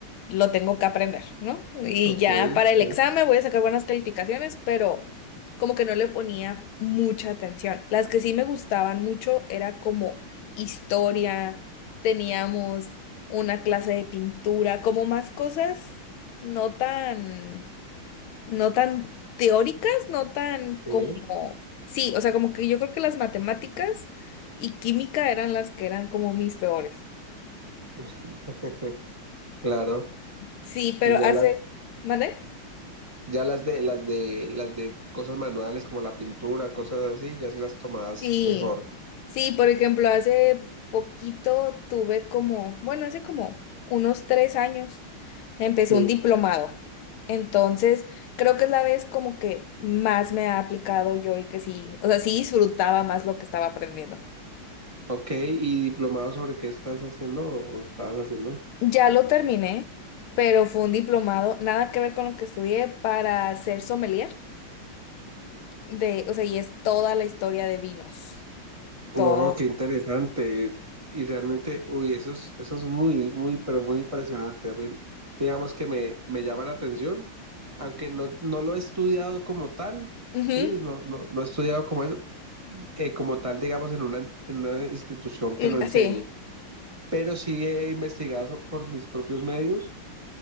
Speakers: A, on the left; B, on the right.
A: lo tengo que aprender, ¿no? Y
B: ok,
A: ya
B: sí,
A: para el examen voy a sacar buenas calificaciones, pero como que no le ponía mucha atención. Las que sí me gustaban mucho era como historia, teníamos una clase de pintura, como más cosas no tan no tan teóricas, no tan
B: sí.
A: como, sí, o sea, como que yo creo que las matemáticas y química eran las que eran como mis peores.
B: <laughs> Claro.
A: Sí, pero
B: Y ya
A: hace,
B: las,
A: ¿mande?
B: ya las de, las de, las de cosas manuales como la pintura, cosas así, ya sí las tomabas
A: Sí,
B: mejor.
A: sí, por ejemplo, hace poquito tuve como, bueno, hace como unos tres años empecé
B: Sí.
A: un diplomado. Entonces, creo que es la vez como que más me ha aplicado yo y que sí, o sea, sí disfrutaba más lo que estaba aprendiendo.
B: Ok, ¿y diplomado sobre qué estás haciendo o estabas haciendo?
A: Ya lo terminé, pero fue un diplomado, nada que ver con lo que estudié para ser sommelier de, o sea, y es toda la historia de vinos,
B: No,
A: todo.
B: qué interesante. Y realmente, uy, eso es, eso es muy, muy, pero muy impresionante. A mí, digamos que me, me llama la atención, aunque no, no lo he estudiado como tal,
A: Ujú,
B: sí, no, no, no he estudiado como eso, eh, como tal, digamos, en una, en una institución
A: y-
B: que lo enseñe,
A: sí,
B: pero sí he investigado so- por mis propios medios